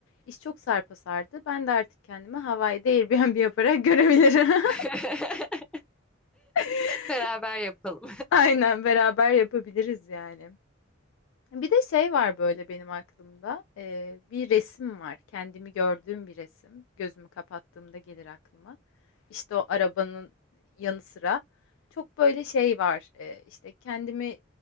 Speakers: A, on the left; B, in the centre.
A: İş çok sarpa sardı. Ben de artık kendimi Hawaii'de Airbnb yaparak görebilirim.
B: <laughs>
A: <laughs>
B: Beraber yapalım.
A: Aynen beraber yapabiliriz yani. Bir de şey var böyle benim aklımda. Ee, bir resim var. Kendimi gördüğüm bir resim. Gözümü kapattığımda gelir aklıma. İşte o arabanın yanı sıra çok böyle şey var. Ee, işte kendimi